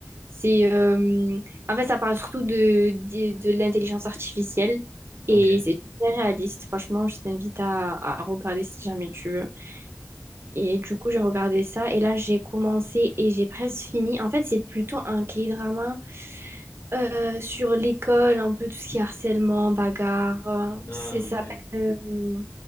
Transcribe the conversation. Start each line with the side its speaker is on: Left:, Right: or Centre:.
Right: C'est, euh, En fait, ça parle surtout de, de, de l'intelligence artificielle. Et
Left: Ok.
Right: c'est super réaliste. Franchement, je t'invite à, à regarder si jamais tu veux. Et du coup, j'ai regardé ça et là, j'ai commencé et j'ai presque fini. En fait, c'est plutôt un K-drama euh, sur l'école, un peu tout ce qui est harcèlement, bagarre. euh,
Left: Ah,
Right: c'est, ça
Left: ok.
Right: s'appelle... euh,